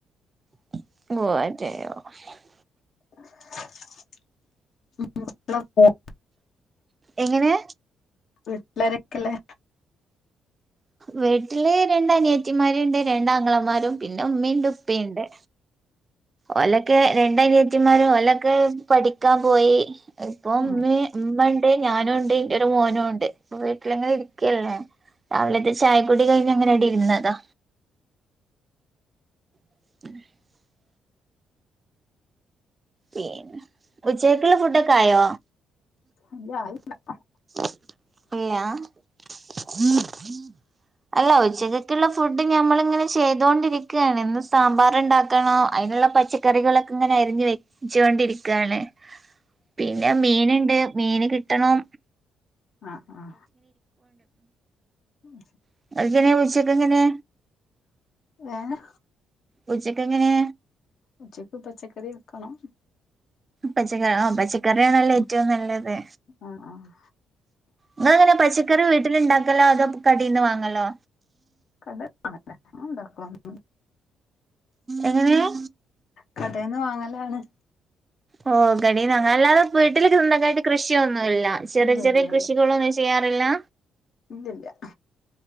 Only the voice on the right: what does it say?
<unintelligible>
എങ്ങനേ?
വീട്ടില്, രണ്ടനിയത്തിമാര്ണ്ട് രണ്ടാങ്ങളമാരും പിന്നമ്മിണ്ട്പ്പീണ്ട്. ഓലെക്കെ രണ്ടനിയത്തിമാരും ഓലൊക്കെ പഠിക്കാൻ പോയി. ഇപ്പോംമ്മീം
മ്മണ്ട്, ഞാനുണ്ട്, ന്റൊരു മോനൂണ്ട്. പ്പം വീട്ടിലങ്ങനെരിക്ക്യല്ലേ, രാവിലത്തെ ചായകുടി കഴിഞ്ഞങ്ങനെടിര്ന്നതാ. <unintelligible> പീന്നെ, ഉച്ചേക്ക്ള്ളഫുഡൊക്കായോ?
<unintelligible> അല്ല, ഉച്ചക്കെക്ക്ള്ളഫുഡ് ഞമ്മളിങ്ങനെ ചെയ്തോണ്ടിരിക്കാണ്. ന്ന് സാമ്പാറ്ണ്ടാക്കണോ അയിന്ള്ള പച്ച കറികളൊക്കെങ്ങനരിഞ്ഞുവെ <unintelligible> ച്ചൊണ്ടിരിക്കാണ് പിനെ മീന്ണ്ട് മീന്കിട്ടൊണം.
<unintelligible> ഉച്ചക്കെങ്ങനെ?
ഉച്ചക്കെങ്ങനേ?
പച്ചക്കറി ഓം പച്ചക്കറിആണല്ലോ
ഏറ്റവും ന്നല്ലത്.
ഇങ്ങളെങ്ങനെ പച്ചക്കറി വീട്ടില്ണ്ടാക്കലാ അതോ പ് കടീന്ന് വാങ്ങലൊ?
എങ്ങനെയാ?
ഓഹ് കടീന്നുവാങ്ങാ അല്ലാതെ വീട്ടില് ത്ഇങ്ങക്കായിട്ട് കൃഷിയൊന്നുല്ല ചെറിയ
ചെറിയ
കൃഷികളുണ്ടൊയ്ച്ച ചെയ്യാറില്ലാ.